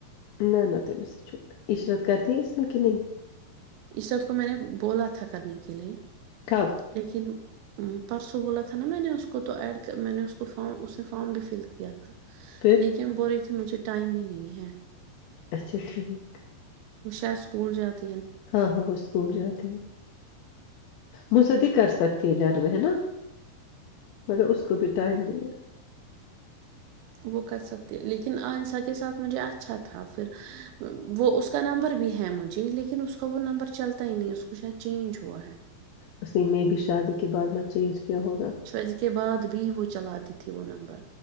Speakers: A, on the left (about 80°); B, on the right (about 85°).
A: نہ نہ تمس سے چ عشرت کرتی ہے اس میں کہ نہیں
B: عشرت کو میں نے بولا تھا کرنے کے لئے
A: کب
B: لیکن پرسوں بولا تھا نا میں نے اس کو تو ایڈ میں نے اس کو فم اس نے فارام بھی فل کیا تھا
A: پھر
B: یہ کیا بول مجھے ٹائم ہی نہیں ہے
A: اچھا ٹھیک
B: وہ شاید اسکول جاتا
A: ہاں ہاں وہ اسکول جاتی ہے مصدی کر سکتی ہے گھر میں ہے نا مگر اس کو بھی ٹائم نر
B: وو وو کر سکتے لیکین، آن ساتھ کے ساتھ مجھے اچھا تھا پھر ووکا نمبر بھی ہے مجھے لیکین اسے وو وو نمبر چلتا ہے، وہ اسکو، شا چینج ہوا ہے
A: اس نے میں بھی شادی کے بعد میں چینج کیا ہوگا
B: چھج کے بعد ت بھی وہ چلاتی تھی وہ نمبر